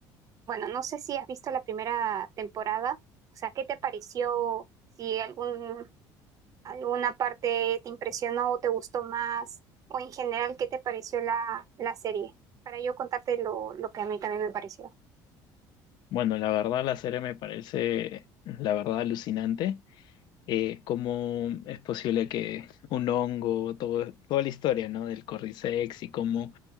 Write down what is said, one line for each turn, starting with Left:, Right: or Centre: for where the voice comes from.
Right: bueno, no sé si has visto la primera temporada. O sea, ¿qué te pareció? Si algún, alguna parte te impresionó o te gustó más. O en general, ¿qué te pareció la, la serie? Para yo contarte lo, lo que a mí también me pareció.
Left: Bueno, la verdad la serie me parece, la verdad, alucinante. Eh, cómo es posible que un hongo, todo, toda la historia, ¿no? Del Cordyceps y cómo